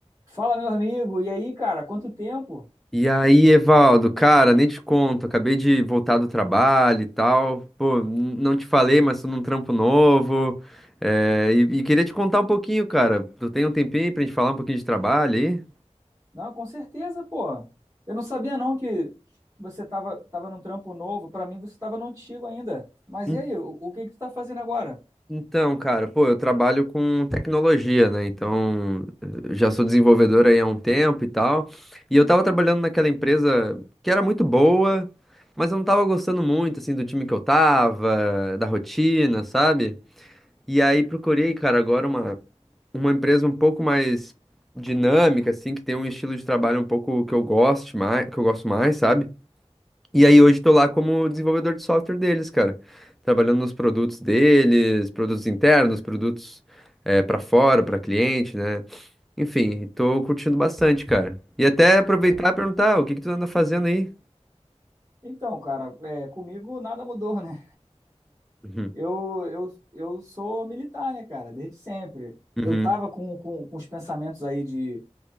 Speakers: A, on the right; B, in the centre.
A: Fala, meu amigo. E aí, cara, quanto tempo?
B: E aí, Evaldo, cara, nem te conto, acabei de voltar do trabalho e tal. Pô, n- não te falei, mas tô num trampo novo. É, e, e queria te contar um pouquinho, cara. Tu tem um tempinho aí pra gente falar um pouquinho de trabalho aí?
A: Não, com certeza, pô. Eu não sabia não que, que você tava, tava num trampo novo. Pra mim, você tava no antigo ainda. Mas
B: En-
A: e aí, o, o que que tu tá fazendo agora?
B: Então, cara, pô, eu trabalho com tecnologia, né? Então, eu já sou desenvolvedor aí há um tempo e tal. E eu tava trabalhando naquela empresa que era muito boa, mas eu não tava gostando muito, assim, do time que eu tava, da rotina, sabe? E aí procurei, cara, agora uma, uma empresa um pouco mais dinâmica, assim, que tem um estilo de trabalho um pouco que eu goste mais, que eu gosto mais, sabe? E aí hoje tô lá como desenvolvedor de software deles, cara. Trabalhando nos produtos deles, produtos internos, produtos é, para fora, para cliente, né? Enfim, tô curtindo bastante, cara. E até aproveitar
A: Pô,
B: e perguntar, "Ah, o que que tu anda fazendo aí?
A: Então, cara, é, comigo nada mudou, <laughs> né?
B: Uhum,
A: Eu, eu, eu sou militar, né, cara, desde sempre.
B: uhum,
A: Eu tava com, com, com os pensamentos aí de